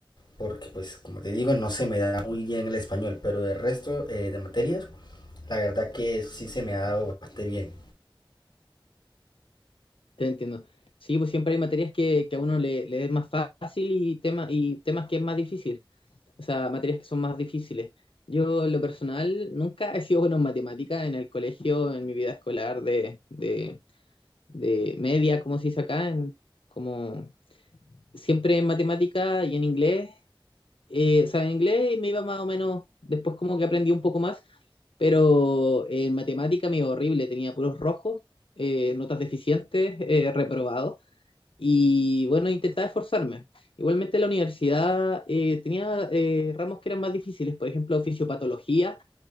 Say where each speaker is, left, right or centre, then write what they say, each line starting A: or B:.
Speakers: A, on the left; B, on the left.
A: porque pues como te digo, no se me da muy bien el español, pero el resto eh, de materias, la verdad que sí se me ha dado bastante bien.
B: Te entiendo. Sí, pues siempre hay materias que, que a uno le, le es más fácil y, temas y temas que es más difícil. O sea, materias que son más difíciles. Yo, en lo personal, nunca he sido bueno en matemáticas en el colegio, en mi vida escolar de, de, de media, como se dice acá, en, como siempre en matemática y en inglés eh, o sea, en inglés me iba más o menos, después como que aprendí un poco más, pero en matemática me iba horrible, tenía puros rojos, eh, notas deficientes, eh, reprobado, y bueno, intentaba esforzarme. Igualmente la universidad eh, tenía eh, ramos que eran más difíciles, por ejemplo, fisiopatología,